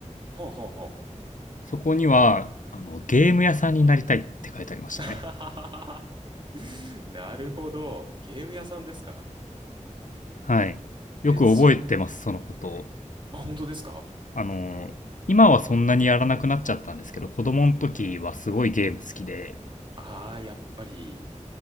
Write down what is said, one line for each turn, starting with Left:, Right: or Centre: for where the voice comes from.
Right: はあ、は
Left: そこには、あの、ゲーム屋さんになりたいって書いてありましたね。
Right: あはあはあ、<laughs> なるほど。ゲーム屋さんですか
Left: はい。よく覚えてます、
Right: え、その、
Left: そのことを。
Right: あ、本当ですか
Left: あのー今はそんなにやらなくなっちゃったんですけど、子供の時はすごいゲーム好きで、
Right: ああー、やっぱり